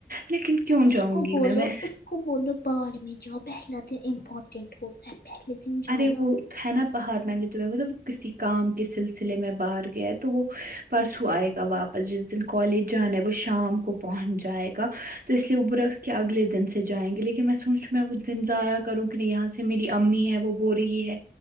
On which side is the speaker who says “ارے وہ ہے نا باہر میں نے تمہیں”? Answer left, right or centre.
Right